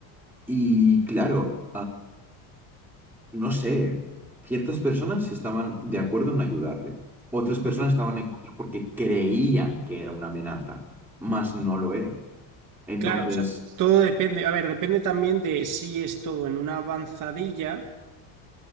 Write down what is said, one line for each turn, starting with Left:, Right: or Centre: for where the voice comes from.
Centre: y claro, no sé, ciertas personas estaban de acuerdo en ayudarle, otras personas
Right: Ujú.
Centre: estaban en contra porque creían que era una amenaza, mas no lo era. Entonces,
Right: Claro, o sea, todo depende, a ver, depende también de si es todo en una avanzadilla